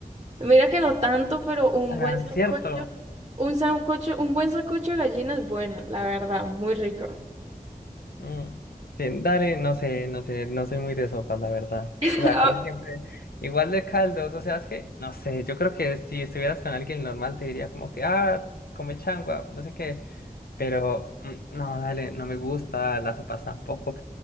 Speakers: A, on the right; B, on the left.
A: Mira que no tanto, pero un
B: Ah,
A: buen sancocho.
B: cierto.
A: Un sancocho, un buen sancocho de gallina es bueno, la verdad, muy rico.
B: Mm. Sí, dale, no sé, no sé, no soy muy de sopas, la verdad.
A: <laughs>
B: O sea, casi
A: A
B: siempre igual de caldos, o sea, es que, no sé, yo creo que si estuvieras con alguien normal te diría como que, ah, come changua, no sé qué, pero mm, no, dale, no me gusta, las sopas tampoco.